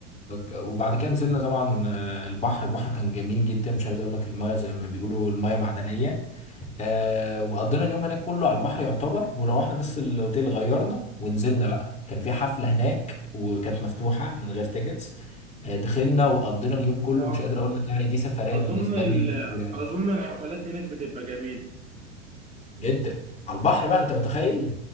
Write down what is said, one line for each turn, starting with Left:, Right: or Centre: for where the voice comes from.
Left: وبعد كده نزلنا طبعا آه، البحر البحر كان جميل جدا مش عايز اقول لك المايه زي ما بيقولوا المايه معدنية آه وقضينا اليوم هناك كله على البحر يعتبر وروحنا بس الاوتيل غيرنا ونزلنا بقى كان في حفلة هناك وكانت مفتوحة من غير تيكتس آه دخلنا وقضينا اليوم كله
Right: اه
Left: مش قادر اقول لك يعني دي سفرية
Right: اظن
Left: بالنسبة
Right: ال...
Left: لي كبيرة أوي.
Right: اظن الحفلات هناك بتبقى جميله
Left: جدا على البحر بقى انت متخيل